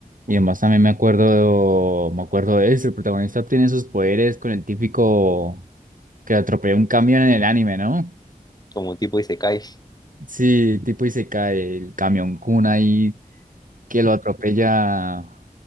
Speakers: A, on the right (about 65°); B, on the left (about 25°).
A: Y además también me acuerdo, me acuerdo de eso, el protagonista obtiene sus poderes con el típico que atropella un camión en el anime, ¿no?
B: como un tipo de isekai.
A: Sí, tipo y se cae el camión Kun ahí que lo atropella.